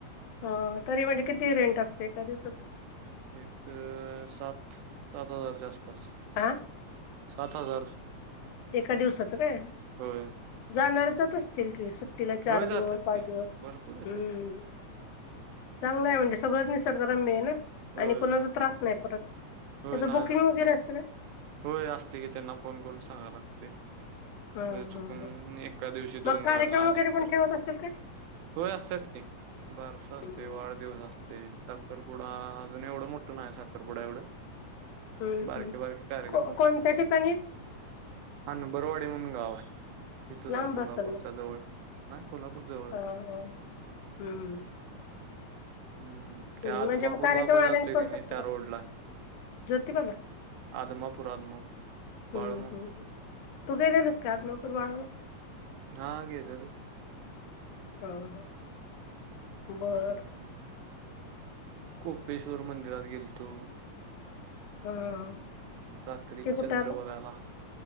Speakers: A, on the left; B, on the right.
A: हा, तरी म्हणजे किती रेंट असते एका दिवसाच
B: एक सात. सात हजारच्या आस-पास.
A: आं.
B: सात हजार.
A: एका दिवसाच काय,
B: होय.
A: जाणार जात असतील की सुट्ट सुट्टीला चार
B: होय, जातात
A: दिवस पाच
B: की.
A: दिवस.
B: भरपूर येतात.
A: हम्म चांगलं हाय म्हणजे सगळंच निसर्गरम्य आहे ना.
B: होय,
A: आणि कोणाच
B: होय.
A: त्रास नाही परत,
B: होय,
A: त्याच
B: नाही,
A: बुकिंग
B: नाही.
A: वगैरे असतं काय?
B: होय असतय की, त्यांना फोन करून सांगाय लागतय.
A: हा हा
B: म्हणजे चुकून,
A: ह
B: एका दिवशी दोन
A: मग कार्यक्रम
B: जण आले
A: वगैरे पण
B: तर.
A: ठेवत असतील काय
B: होय असत्यात की. बारस असतय,
A: हम्म
B: वाढदिवस असतय, साखरपुडा अजून एवढं मोठं नाही साखरपुडा एवढं.
A: हम्म
B: बारके,
A: हम्म
B: बारके कार्यक्रम
A: को
B: असतात.
A: कोणत्या ठिकाणी
B: हणबरवाडी म्हणून गाव हाय, इथच
A: लांब
B: हाय कोल्हापूरच्या
A: असेल
B: जवळ. नाही, कोल्हापूर जवळ हाय.
A: ह, ह, हम्म.
B: हम्म, त्या
A: हं
B: आदमापूरला
A: म्हणजे मग कार्यक्रम
B: आपण
A: अरेंज
B: जातोय
A: करू
B: कणी
A: शकतो
B: त्या
A: का
B: रोडला हाय.
A: ज्योतिबाला
B: आदमापूर आदमापूर
A: हम्म,
B: बाळूमामा
A: हम्म ह. तू गेलेलास का आदमापूर बाळूमामा?
B: हा गेल्यालो.
A: हा, हा बर,
B: हम्म
A: बर.
B: कोपेश्वर मंदिरात गेलतो.
A: हा.
B: रात्री
A: ते कुठ
B: चंद्र
A: आल?
B: बघायला